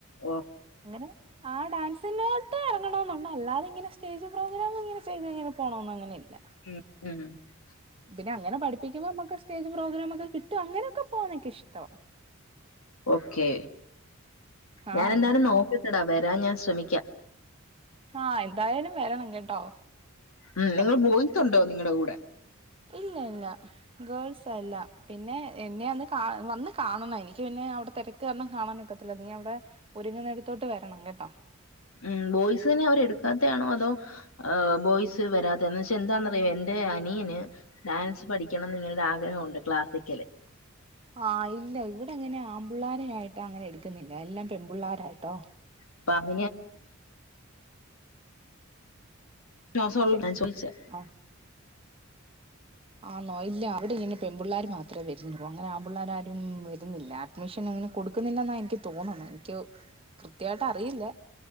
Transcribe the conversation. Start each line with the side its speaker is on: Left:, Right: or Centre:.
Left: ഓ
Right: അങ്ങനെ ആഹ് ഡാൻസിനോട്ട് ല്ലാെങ്ങനെ സ്റ്റേജ പ്രോഗ്രാംങ്ങനെ ചെയങ്ങനെ പോണന്നും അങ്ങനെ ഇല്ല
Left: ഉം ഉം
Right: പിന്നെ അങ്ങനെ പഠപ്പ പപ്പിക്കുമ്പോമക്ക് സ്റ്റേജ് പ്രോഗ്രാംക്കെ കിട്ടും അങ്ങനൊക്കെ പോകാനൊക്ക ഇഷ്ടമാണ്
Left: ഓക്കെ
Right: ആഹ്
Left: ഞാൻ എന്താണ് നോക്കത്തെടാ വരാൻ ഞാൻ ശ്രമിക്കാം
Right: ആഹ് എന്തായാലും വരണം കേട്ടോ
Left: ഉം
Right: ചെല
Left: നിങ്ങൾ ബോയ്‌സുണ്ടോ നിങ്ങളുടെ കൂടെ
Right: ഇല്ല ഇല്ല ഗേൾസ് എല്ല പിന്നെ എന്നെ അന്ന് കാ വന്ന് കാണണം എനിക്ക് പിന്നെ അവിടെ തിരക്ക് കാരണം കാണാൻക്കത്തില്ല നീ അവിടെ ഒരുങ്ങുന്നടത്തോട്ട് വരണം കേട്ടോ
Left: ഉം ബോയ്സിനെ അവരെ എടുക്കാത്താണോ അതോ ബോയ്സ് വരാത്ത അ വെച്ചൽ എന്താണറിയ എന്റെ അനിയന് ഡാൻസ് പഠിക്കണം എന്ന് ഇങ്ങനെ ഒരു ആഗ്രഹമുണ്ട് ക്ലാസിക്കല്
Right: ആഹ് ഇല്ല ഇവിടെ അങ്ങനെ ആമ്പിള്ളോരായിട്ട് അങ്ങനെ എടുക്കുന്നില്ല എല്ലാം പെൺപിള്ളോരായിട്ടോ
Left: അപ്പ അന <unintelligible>
Right: ആഹ് ആനോ ഇല്ല അവിടെ ഇങ്ങനെ പെമ്പിള്ളേർ മാത്രം ഇത്ര വരുന്നുള്ള അങ്ങനെ ആ്പ പിള്ളോരാരും വരുന്നില്ല അഡ്മിഷൻ ഇങ്ങനെ കൊടുക്കുന്നില്ലെന്ന എനിക്ക് തോന്നണം എനിക്ക് കൃത്യമായിട്ട് അറിയില്ലേ